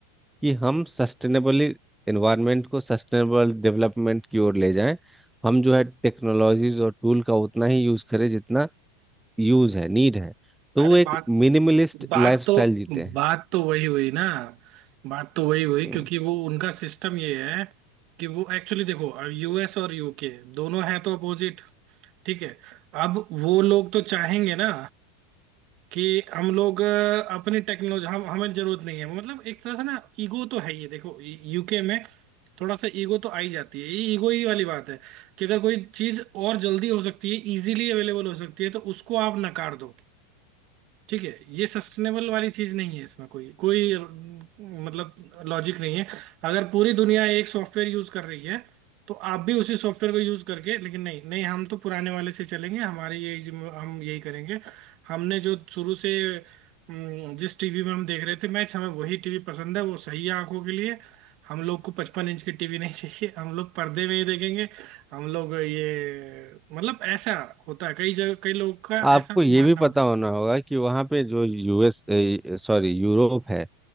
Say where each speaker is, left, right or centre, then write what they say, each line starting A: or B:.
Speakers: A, in the centre; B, on the right.
A: कि हम सस्टेनेबली एनवायरनमेंट को सस्टेनेबल डेवलपमेंट की ओर ले जाएं हम जो है टेक्नोलॉजीज और टूल का उतना ही यूज करें जितना यूज है नीड है तो
B: अरे
A: वो एक
B: बात
A: मिनिमलिस्ट
B: बात
A: लाइफस्टाइल
B: तो
A: जीते हैं
B: बात तो वही हुई ना बात तो वही हुई
A: हम्म।
B: क्योंकि वो उनका सिस्टम ये है कि वो एक्चुअली देखो अब यूएस और यूके दोनों हैं तो अपोजिट ठीक है अब वो लोग तो चाहेंगे ना कि हम लोग अ, अपनी टेक्नोलॉजी हम हमें जरूरत नहीं है मतलब एक तरह से ना ईगो तो है ये देखो यूके में थोड़ा सा ईगो तो आई जाती है ये ईगो ही वाली बात है कि अगर कोई चीज और जल्दी हो सकती है इजीली अवेलेबल हो सकती है तो उसको आप नकार दो ठीक है ये सस्टेनेबल वाली चीज नहीं है इसमें कोई कोई अम, मतलब लॉजिक नहीं है अगर पूरी दुनिया एक सॉफ्टवेयर यूज कर रही है तो आप भी उसी सॉफ्टवेयर को यूज करके लेकिन नहीं नहीं हम तो पुराने वाले से चलेंगे हमारी ये जिम्मे- हम यही करेंगे हमने जो शुरू से अम, जिस टीवी में हम देख रहे थे मैच हमें वही टीवी पसंद है वो सही है आंखों के लिए हम लोग को पचपन इंच की टीवी नहीं <laughs> चाहिए हम लोग पर्दे में ही देखेंगे हम लोग ये मतलब ऐसा होता है कई जगह कई लोग का
A: आपको
B: ऐसा
A: ये
B: मानना
A: भी पता
B: हो
A: होना होगा कि वहाँ पे जो यूएस सॉरी यूरोप है